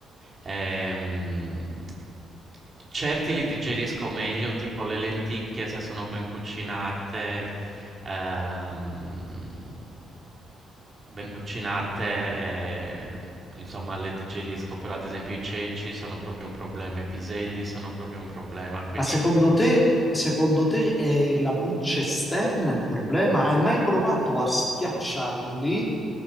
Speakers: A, on the right; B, on the left.
A: Ehm, certi li digerisco meglio, tipo le lenticchie se sono ben cucinate, ehm, ben cucinate, eh, insomma, le digerisco, però ad esempio i ceci sono proprio un problema, i piselli sono proprio un problema, quindi...
B: Ma secondo te, secondo te è la buccia esterna il problema? Hai mai provato a schiacciarli